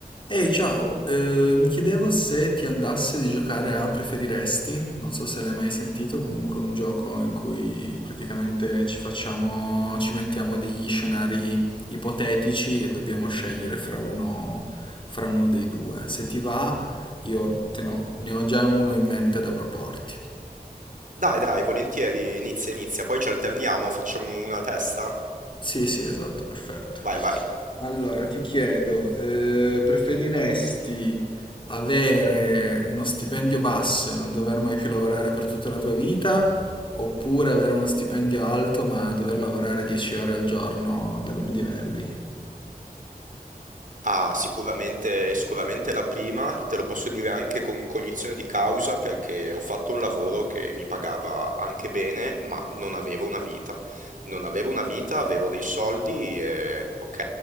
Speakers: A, on the left (about 30°); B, on the right (about 55°).
A: Ehi, ciao, eh, mi chiedevo se ti andasse di giocare a Preferiresti, non so se l'hai mai sentito, comunque è un gioco in cui praticamente ci facciamo, ci mettiamo degli scenari ipotetici e dobbiamo scegliere fra uno, fra uno dei due. Se ti va, io te no, ne ho già uno in mente da proporti.
B: Dai, dai, volentieri, inizia, inizia, poi ci alterniamo, facciamo una testa.
A: Sì, sì, esatto, perfetto.
B: Vai, vai.
A: Allora, ti chiedo, eh, preferiresti avere uno stipendio basso e non dover mai più lavorare per tutta la tua vita, oppure avere uno stipendio alto ma dover lavorare 10 ore al giorno da lunedì a venerdì?
B: Ah, sicuramente, sicuramente la prima, te lo posso dire anche con cognizione di causa perché ho fatto un lavoro che mi pagava anche bene, ma non avevo una vita. Non avevo una vita, avevo dei soldi e ok,